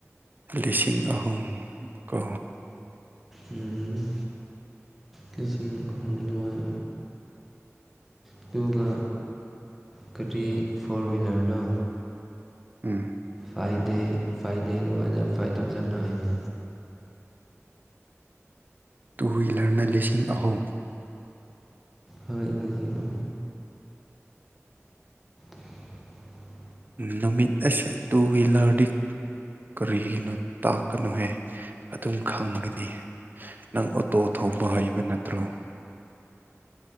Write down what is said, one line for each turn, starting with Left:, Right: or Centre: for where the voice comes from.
Right: ꯂꯤꯁꯤꯡ ꯑꯍꯨꯝ ꯀꯣ
Centre: ꯎꯝ ꯂꯤꯁꯤꯡ ꯍꯨꯝꯗꯣꯏ ꯑꯗꯨꯒ ꯀꯔꯤ ꯐꯣꯔ ꯭ꯋꯤꯂꯔꯗꯣ
Right: ꯎꯝ
Centre: ꯐꯥꯏꯚ ꯗꯦ ꯐꯥꯏꯚ ꯗꯦ ꯑꯗꯨ ꯋꯥꯗ ꯐꯥꯏꯚ ꯊꯥꯎꯖꯟ ꯅꯥꯅꯤ
Right: ꯇꯨ ꯍꯋꯤꯂꯔꯅ ꯂꯤꯁꯤꯡ ꯑꯍꯨꯝ
Centre: ꯍꯣꯏ <unintelligible> <inaudible>
Right: ꯅꯨꯃꯤꯠ ꯑꯁꯦ ꯇꯨ ꯋꯤꯂꯔꯗꯤ ꯀꯔꯤꯒꯤꯅꯣ ꯇꯥꯛꯀꯅꯣꯍꯦ ꯑꯗꯨꯝ ꯈꯪꯒꯅꯤ ꯅꯪ ꯇꯣ ꯊꯧꯕ ꯍꯩꯕ ꯅꯠꯇ꯭ꯔꯣ